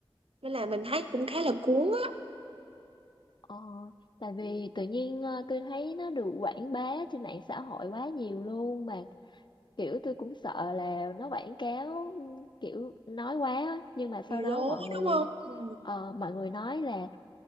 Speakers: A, on the right; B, on the left.
A: nên là mình thấy
B: Ừ.
A: cũng khá là cuốn á
B: ờ, tại vì tự nhiên ờ, tôi thấy nó được quảng bá trên mạng xã hội quá nhiều luôn mà kiểu tôi cũng sợ là nó quảng cáo ừ, kiểu nói quá á. nhưng mà sau
A: bị
B: đó
A: lố
B: mọi người
A: đúng không ừ.
B: Ờ, mọi người nói là